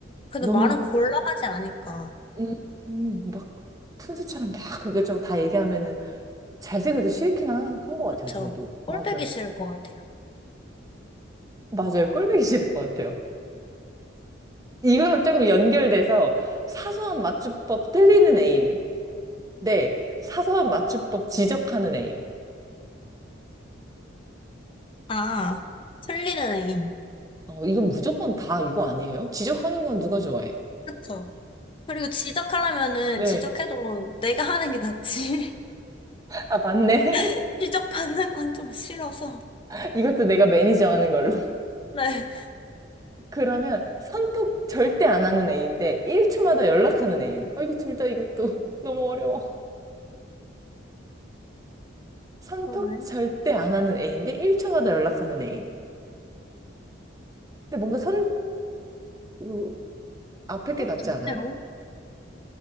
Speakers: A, on the left; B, on the right.
A: 근데
B: 너무
A: 말은 곤란하지 않을까.
B: 음, 음, 막 푼수처럼 막 이것저것 다 얘기하면은 잘생겨도 싫긴 한 것 같아요,
A: 그쵸?
B: 저도.
A: 꼴보기
B: 맞아요.
A: 싫을 것 같아요.
B: 맞아요. 꼴보기 싫을 것 같아요. 이거랑 조금 연결돼서 사소한 맞춤법 틀리는 애인. 네, 사소한 맞춤법 지적하는 애인.
A: 아, 틀리는 애인.
B: 어, 이건 무조건 다 이거 아니에요? 지적하는 건 누가 좋아해?
A: 그쵸? 그리고 지적하려면은
B: 네.
A: 지적해도 내가 하는 게 낫지.
B: 아, 맞네.
A: <laughs> 지적받는 건 좀 싫어서.
B: <laughs> 이것도 내가 매니저 하는 걸로. <laughs>
A: 네.
B: 그러면 선톡 절대 안 하는 애인데 1초마다 연락하는 애인. 아, 이거 둘 다 이것도 <laughs> 너무 어려워. 선톡
A: 그러네.
B: 절대 안 하는 애인데 1초마다 연락하는 애인. 근데 뭔가 선, 그, 앞에 게
A: 어,
B: 낫지
A: 글쎄요.
B: 않아요?